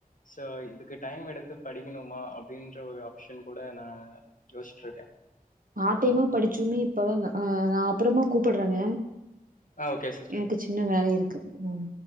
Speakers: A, on the left; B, on the right.
A: ஸோ இதுக்கு டைம் எடுத்து படிக்கணு மா அப்டின்ற ஒரு ஆப்ஷன் கூட நா யோசிட்டு இருக்கே
B: பார்ட் டைமா படிச்சுமே இப்பதான் நா ஆஹ் நா அப்புறமா கூப்டுறேங்க
A: ஆ ஓகே சிஸ்டர்
B: எனக்கு சின்ன வேல இருக்கு ம்